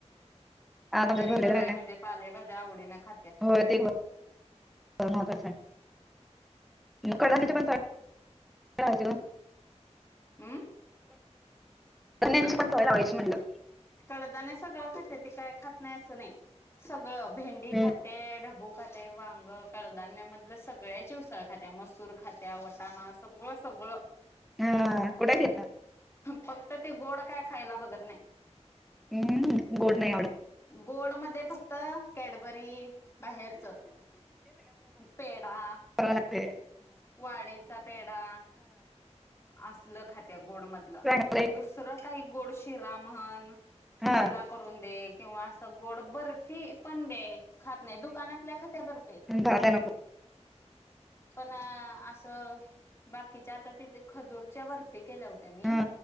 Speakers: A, in the centre; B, on the left.
A: आज आमच्यात
B: तरी
A: भरलेलं
B: बरं
A: वांग
B: आहे
A: हाय.
B: म्हणजे पालेभाज्या आवडीने खात्या
A: होय ते महत्वाचाय म कढधान्याचे
B: हम्म
A: पण करायचे गं.
B: हम्म?
A: धंन्याची पण सवय लावायची म्हणलं.
B: कडदाणे सगळं खात्याती काय खात नाही असं नाही सगळं भेंडी
A: हम्म
B: खात ते ढब्बू खाते, वांग, कडधान्या मधल सगळ्याची उसळ खात्या. मसूर खात्या, वटाणा, सगळ सगळ.
A: हा कुठंय ती आता?
B: फक्त ते गोड काय खायला बघत नाही.
A: हम्म गोड नाही आवडत.
B: गोड मध्ये फक्त कॅडबरी बाहेरचं पेडा
A: <unintelligible> लागते.
B: वाडीचा पेडा आसलं खात्या गोड म दला
A: चांगलंय
B: दुसरं काय गोड शिरा म्हणं
A: हा
B: शिरा करून दे किंवा असं गोड बर्फी पण दे खात नाही. दुकानातल्या खात्या बरप्या.
A: घरातल्या नको
B: पण असं बाकीच्या आता ते खजूरच्या बर्फी केल्या होत्या मी
A: हा